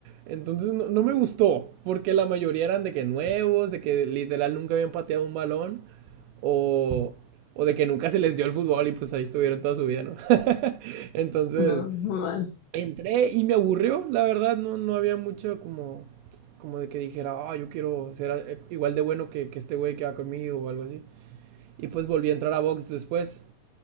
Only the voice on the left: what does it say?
No, muy mal.